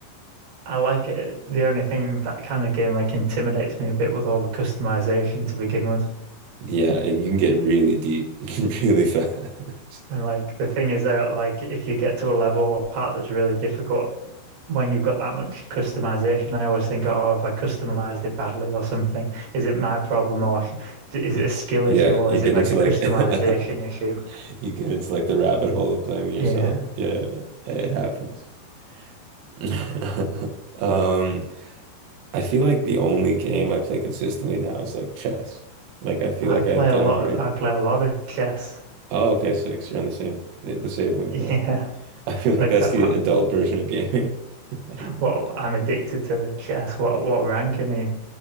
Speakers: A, on the right (about 55°); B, on the right (about 75°).
A: I like it. The only thing that kind of game like intimidates me a bit with all the customization to begin with.
B: Yeah, and you can get really deep <laughs> really fast.
A: And like the thing is that like if you get to a level or part that's really difficult, when you've got that much customization, I always think, oh, have I customized it badly or something? Is it my problem or sh- is
B: Y-
A: it a skill
B: Yeah,
A: issue or
B: you
A: is
B: get
A: it like
B: into
A: a customization
B: like <laughs>
A: issue?
B: you get into like the rabbit hole of blaming
A: Yeah,
B: yourself. Yeah, it happens. <laughs> Um, I feel like the only game I play consistently now is like chess. Like I feel
A: I
B: like
A: play
B: I downgraded.
A: a lot. I play a lot of chess. <laughs>
B: Oh, okay, six. You're on the same the same wavelength.
A: Yeah,
B: <laughs> I feel like
A: like
B: that's
A: uh,
B: the adult version of gaming. <laughs>
A: well, I'm addicted to chess. What what ranking are you?